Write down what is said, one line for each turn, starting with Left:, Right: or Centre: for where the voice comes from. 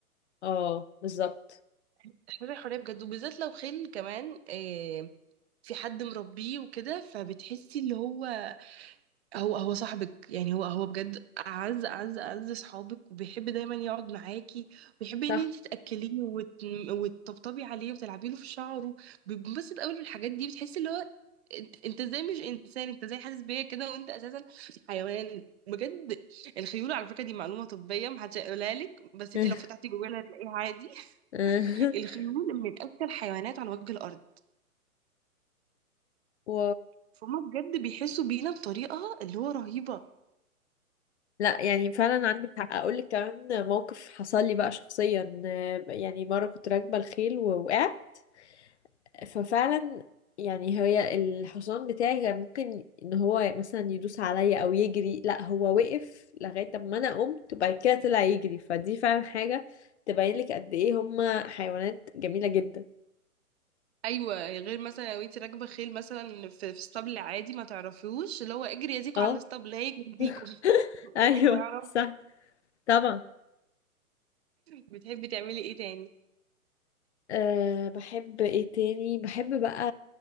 Left: اه بالظبط
Right: احساس الحريه بجد وبالذات لو خيل كمان آه، في حد مربيه وكده فبتحسي اللي هو هو هو صاحبك يعني هو هو بجد اعز اعز اعز صحابك وبيحب دايما يقعد معاكي وبيحب ان
Left: صح
Right: انت تاكليه وت... وتطبطبي عليه وتلعبي له في شعره بينبسط قوي بالحاجات دي بتحسي اللي هو انت انت ازاي مش انسان انت ازاي حاسس بيا كده وانت اساسا حيوان بجد الخيول على فكره دي معلومه طبيه محدش هيقولها لك بس
Left: <laughs>
Right: انت لو فتحتي جوجل هتلاقيها عادي
Left: <laughs>
Right: الخيول من اذكى الحيوانات على وجه الارض
Left: و...
Right: فهم بجد بيحسوا بينا بطريقه اللي هو رهيبه
Left: لا يعني فعلا عندك حق اقول لك كمان موقف حصل لي بقى شخصيا آه، يعني مره كنت راكبه الخيل ووقعت ففعلا يعني هي الحصان بتاعي كان ممكن ان هو مثلا يدوس عليا او يجري لا هو وقف لغايه ما انا قمت وبعد كده طلع يجري فدي فعلا حاجه تبين لك قد ايه هما حيوانات جميله جدا
Right: ايوه غير مثلا لو انت راكبه خيل مثلا في في اسطبل عادي ما تعرفيهوش اللي هو اجري يا زيكو
Left: اه
Right: على الاسطبل هيجري
Left: <laughs>
Right: يزيكو <laughs> والله
Left: ايوه
Right: ما يعرف
Left: صح طبعا
Right: بتحبي تعملي ايه تاني
Left: أه بحب ايه تاني بحب بقى